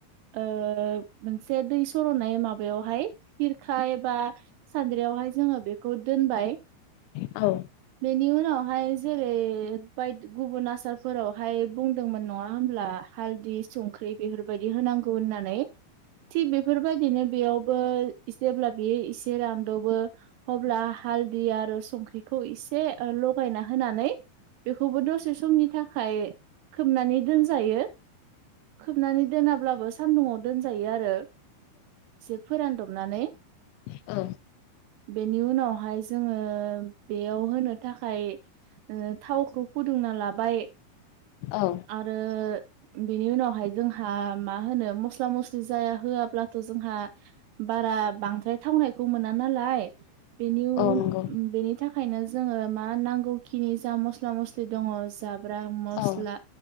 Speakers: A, on the right; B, on the left.
A: ओ मोनसे दै सर'नाय माबायावहाय खिरखा एबा सानाद्रियावहाय जोङो बेखौ दोनबाय।
B: औ।
A: बेनि उनावहाय जेरै बायद गुबुन आसारफोरावहाय बुंदोंमोन नङा होमब्ला हालद दि संख्रि बेफोरबायदि होनांगौ होननानै थि बेफोरबायदिनो बेयावबो इसेब्ला बे इसे रानद'बो अब्ला हालदि आरो संख्रिखौ एसे लगायना होनानै बेखौबो दसे समनि थाखाय खोबनानै दोनजायो खोबनानै दोनाब्लाबो सान्दुुङाव दोनजायो आरो एसे फोरानद'बनानै
B: औ
A: बेनि उनावहाय जोङो बेयाव होनो थाखाय ओ थावखौ फुदुंना लाबाय
B: औ
A: रो बेनि उनावहाय जोंहा मा होनो मस्ला मस्लि जाया होवाब्लाथ' जोंहा बारा बांद्राय थावनायखौ मोना नालाय बेनि उन
B: नंगौ
A: बेनि थाखायनो जोङो मा नांगौखिनि जा मस्ला मस्लि दङ जाब्रा मस्ला
B: औ